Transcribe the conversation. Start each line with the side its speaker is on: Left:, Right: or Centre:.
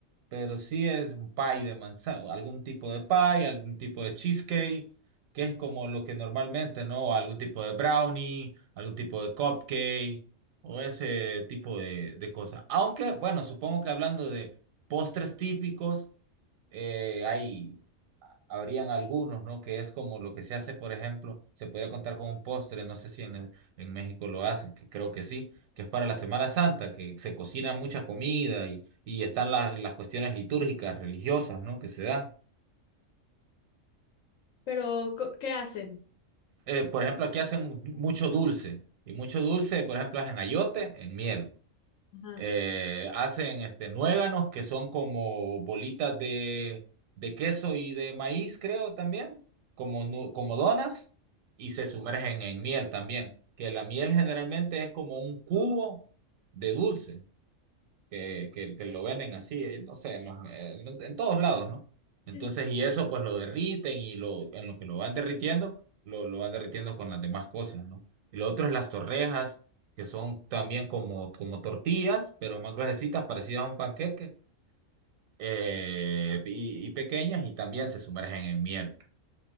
Right: pero sí es un pie de manzana, algún tipo de pie, algún tipo de cheesecake, que es como lo que normalmente, ¿no? Algún tipo de brownie, algún tipo de cupcake o ese tipo de, de cosas. Aunque, bueno, supongo que hablando de postres típicos, eh, hay habrían algunos, ¿no? Que es como lo que se hace, por ejemplo, se podría contar con un postre, no sé si en, en México lo hacen, que creo que sí, que es para la Semana Santa, que se cocina mucha comida y, y están las, las cuestiones litúrgicas, religiosas, ¿no? Que se dan.
Left: Pero, co- ¿qué hacen?
Right: Eh, por ejemplo, aquí hacen mucho dulce, y mucho dulce, por ejemplo, hacen ayote en miel.
Left: Ajá.
Right: eh, hacen este, nuéganos, que son como bolitas de, de queso y de maíz, creo también, como, nu- como donas, y se sumergen en miel también, que la miel generalmente es como un cubo de dulce que, que, que lo venden así, eh, no sé, en, los- en los- en todos lados, ¿no? Entonces,
Left: Sí, sí.
Right: y eso pues lo derriten y lo, en lo que lo van derritiendo, lo, lo van derritiendo con las demás cosas, ¿no? Y lo otro es las torrejas, que son también como, como tortillas, pero más gruesecitas, parecidas a un panqueque, eh, y, y pequeñas, y también se sumergen en miel.